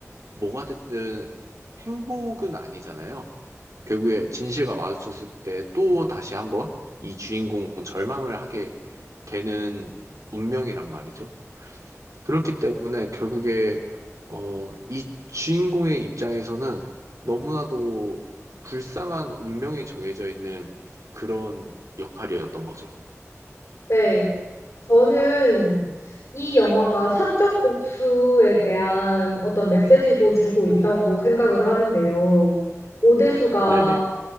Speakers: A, on the right; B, on the left.
A: 뭐가 됐든 행복은 아니잖아요. 결국에 진실과 마주쳤을 때 또 다시 한번 이 주인공은 절망을 하게 되는 운명이란 말이죠. 그렇기 때문에 결국에 어, 이 주인공의 입장에서는 너무나도 불쌍한 운명이 정해져 있는 그런 역할이었던 거죠.
B: 네. 저는 이 영화가 사적 복수에 대한 어떤 메시지도 주고 있다고 생각을 하는데요. 오대수가
A: 네네.